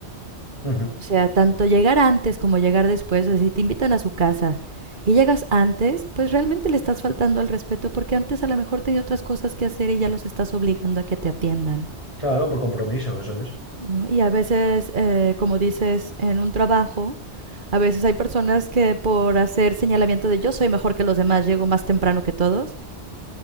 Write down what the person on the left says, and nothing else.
Ujú.
Claro, por compromiso, eso es.